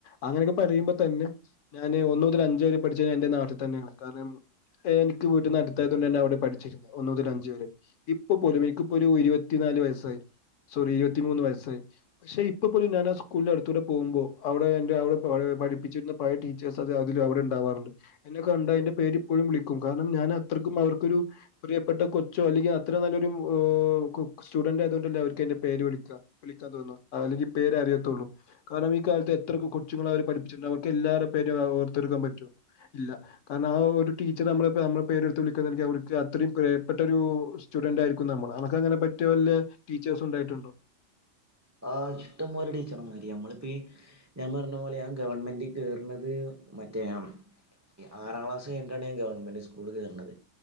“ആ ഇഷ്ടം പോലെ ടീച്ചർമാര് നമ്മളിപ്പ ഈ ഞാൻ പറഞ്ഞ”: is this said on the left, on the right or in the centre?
Right